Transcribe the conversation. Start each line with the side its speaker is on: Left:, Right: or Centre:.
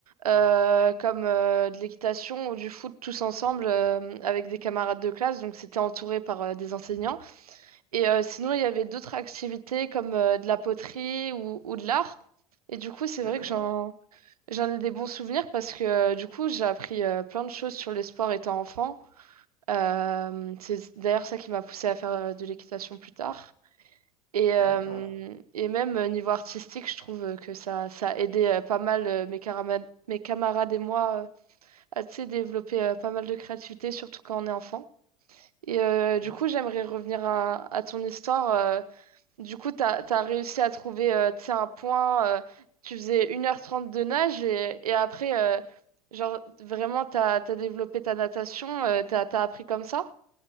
Right: euh, comme euh, de l'équitation ou du foot tous ensemble euh, avec des camarades de classe, donc c'était entouré par euh, des enseignants. Et euh, sinon, il y avait d'autres activités comme euh, de la poterie ou, ou de l'art. Et du coup, c'est
Left: d'accord,
Right: vrai que j'en j'en ai des bons souvenirs parce que euh, du coup, j'ai appris euh, plein de choses sur les sports étant enfant. Euh, c'est d'ailleurs ça qui m'a poussée à faire euh, de l'équitation plus tard. Et, euh,
Left: d'accord,
Right: et même euh, niveau artistique, je trouve euh, que ça, ça a aidé euh, pas mal euh, mes, carama- mes camarades et moi euh, à tu sais, développer euh, pas mal de créativité, surtout quand on est enfant. Et euh, du
Left: d'accord.
Right: coup, j'aimerais revenir à, à ton histoire. euh, du coup, t'as, t'as réussi à trouver euh, tu sais, un point. euh, tu faisais une heure trente de nage et, et après, euh, genre, vraiment, t'as, t'as développé ta natation. euh, t'as, t'as appris comme ça?